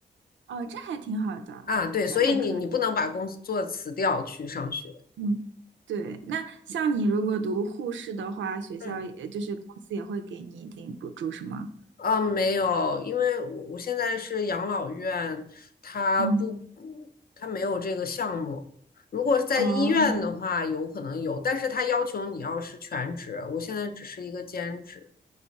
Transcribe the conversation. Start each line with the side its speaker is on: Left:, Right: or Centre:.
Right: 哦，这还挺好的，
Left: 啊，对，
Right: 这还可以。
Left: 所以你你不能把工作辞掉去上学，
Right: 嗯，对，那像你如果读护士的话，学校也就是公司也会给你一定补助，
Left: 嗯。
Right: 是吗？
Left: 啊，没有，因为我我现在是养老院，它不，
Right: 嗯，
Left: 它没有这个项目。如果是在医院的话，
Right: 哦
Left: 有可能有，但是他要求你要是全职，我现在只是一个兼职。